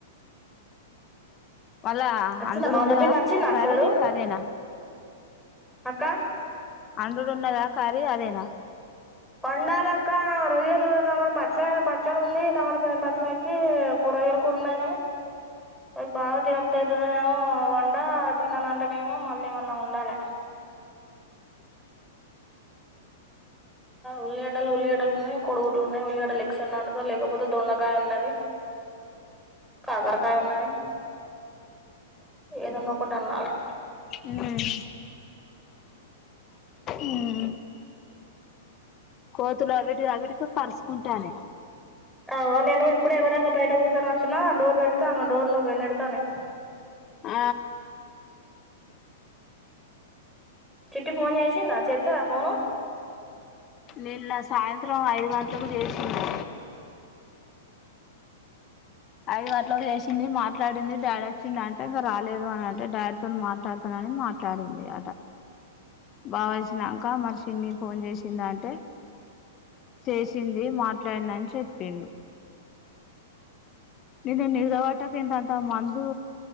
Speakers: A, on the left; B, in the centre.
A: వళ్ళా
B: వచ్చిందా
A: అల్లుడ్
B: మా
A: ఉన్నాడ,
B: చెప్పింది వచ్చిందా
A: ఒ
B: అటు
A: కారి
B: సైడు
A: అదేన
B: అక్క
A: అండుడు ఉన్నదా కారీ అదేనా
B: వండాలక్క రొయ్యలు తమట పచ్చ పచ్చడ ఉంది టమాటా <unintelligible> కూరగాయల కరలే గని, నా బావకి <unintelligible> అయితది అని వంద తినను అంటే నేమో మళ్ళీ ఏం అందాలే ఉల్లిగడలు ఉల్లిగడ్డలు ఉన్నాయ్ ఉల్లిగడ్డలు ఉల్లిగడ్డలు ఉన్నాయ్. కోడిగుడ్డు ఉన్నాయ్. ఉల్లిగడ్డలు ఎగ్స్ అన్న అందుతా, లేకపోతే దొండకాయ ఉన్నది కాకరకాయ ఉన్నది ఏదన్నా ఒకటీ అండాలే.
A: ఉమ్ ఉమ్ కోతులు అవిటి అవిటికి కార్సుస్కుంటానాయ్
B: ఆగో, నేను ఇప్పుడే ఎవరదకా బయట కూర్చొని వచ్చిన డోర్ పెడతా డోర్ ను నేడతనయ్
A: ఆ
B: చిట్టి ఫోన్ చేసిందా చెత్తద ఫోను
A: నిన్న సాయంత్రం ఐదు గంటలకు చేసింది ఐదు గంటలకి చేసింది మాట్లాడింది డాడీ వచ్చిండ అంటే ఇంకా రాలేదు అంటే డాడీతో మాట్లాడుతానని మాట్లాడింది అట బావ్ వచ్చినంక మార్చ్ చిన్ని ఫోన్ చేసింద అంటే చేసింది మాట్లాడిన అని చెప్పిండు నిన్న నిర్దవాటక ఇంత అంత మందు